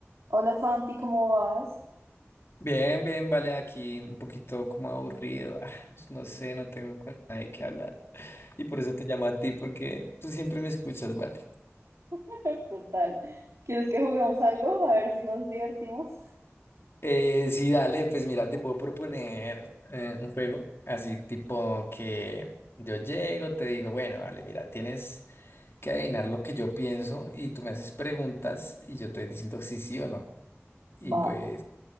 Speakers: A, on the right (about 85°); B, on the left (about 55°).
A: Hola Santi, ¿cómo vas?
B: Bien, bien, vale, aquí un poquito como aburrido. ah, No sé, no tengo con nadie que hablar. Y por eso te llamo a ti, porque tú siempre me escuchas, vale.
A: <laughs> Total. ¿Quieres que juguemos algo? A ver si nos divertimos.
B: Eh, sí, dale, pues mira, te puedo proponer eh, un juego, así tipo que yo llego, te digo, bueno, vale, mira, tienes que adivinar lo que yo pienso y tú me haces preguntas y yo te voy diciendo sí, sí o no. Y
A: Va,
B: pues,